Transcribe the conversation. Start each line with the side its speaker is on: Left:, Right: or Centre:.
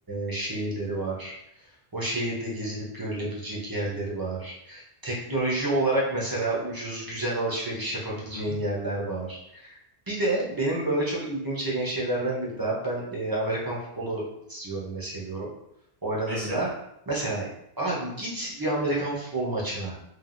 Right: e, şehirleri var. O şehirde gezilip görülebilecek yerleri var. Teknoloji olarak mesela ucuz, güzel alışveriş yapabileceğin
Left: Hı hı.
Right: yerler var. Bir de benim böyle çok ilgimi çeken şeylerden biri daha. Ben e, Amerikan futbolu izliyorum ve seviyorum. Oynadığımda
Left: Mesela
Right: mesela abi git bir Amerikan futbolu maçına.